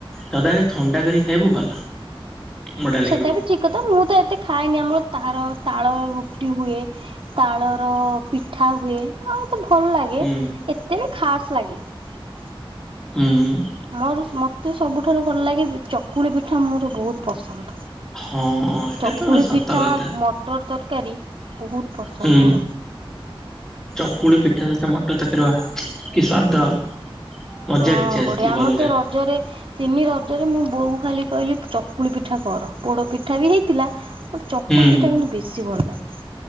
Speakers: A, in the centre; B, on the right.
A: ସଦାବେଳେ ଥଣ୍ଡା କରିକି ଖାଇବୁ ଭଲ। ବଢିଆ ଲାଗିବ
B: ସେଟା ବି ଠିକ କଥା। ମୁଁ ତ ଏତେ ଖାଏନି ଆମର ତାର ତାଳ ରୁଟି ହୁଏ। ତାଳ ର ପିଠା ହୁଏ। ଆଉ ତ ଭଲ ଲାଗେ।
A: ହୁଁ
B: ଏତେ ବି ଖାସ୍ ଲାଗେନି।
A: ହୁଁ।
B: ମୋର ମୋତେ ସବୁଠାରୁ ଭଲ ଲାଗେ ଚକୁଳି ପିଠା ମୋର ବହୁତ ପସନ୍ଦ।
A: ହଁ। ଏଇଟା
B: ଚକୁଳି
A: ତ ସତ
B: ପିଠା,
A: କଥା
B: ମଟର ତରକାରୀ। ବହୁତ ପସନ୍ଦ
A: ହୁଁ,
B: ମୋର
A: ଚକୁଳି ପିଠା ସହିତ ମଟର ତରକାରୀ ବାଃ କି ସ୍ଵାଦ। ମଜା
B: ହଁ
A: କିଛି ଆସିଯିବ
B: ବଢିଆ ଆମ
A: ଅଲଗା
B: ତ ରଜରେ ତିନି ରଜରେ ମୁଁ ବୋଉ ଖାଲି କହିଲି ଚକୁଳି ପିଠା କର। ପୋଡ ପିଠା ବି ହେଇଥିଲା। ମୋତେ ଚକୁଲ
A: ହୁଁ
B: ପିଠା କିନ୍ତୁ ବେଶୀ ଭଲ ଲାଗେ।